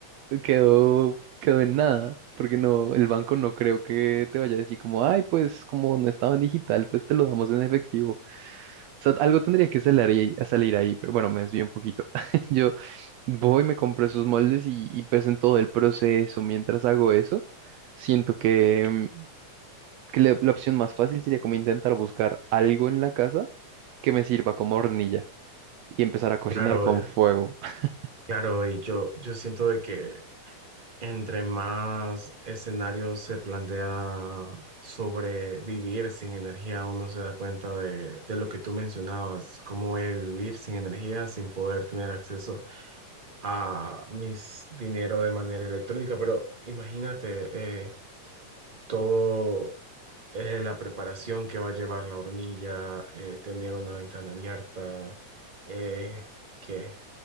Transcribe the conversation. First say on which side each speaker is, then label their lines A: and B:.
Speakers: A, on the right (about 80°); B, on the right (about 20°).
A: quedó, quedó en nada, porque no, el banco no creo que te vaya a decir como, ay, pues como no estaba en digital, pues te lo damos en efectivo. O sea, algo tendría que salir ahí, a salir ahí, pero bueno, me desvío un poquito. <laughs> Yo voy, me compro esos moldes y, y pues en todo el proceso, mientras hago eso, siento que que la, la opción más fácil sería como intentar buscar algo en la casa que me sirva como hornilla y empezar a cocinar
B: Claro,
A: con
B: eh,
A: fuego. <laughs>
B: claro, y yo, yo siento de que entre más escenarios se plantea sobre vivir sin energía, uno se da cuenta de, de lo que tú mencionabas, cómo voy a vivir sin energía, sin poder tener acceso. a mis dinero de manera electrónica, pero imagínate eh, todo eh, la preparación que va a llevar la hornilla, eh, tener una ventana abierta, eh, que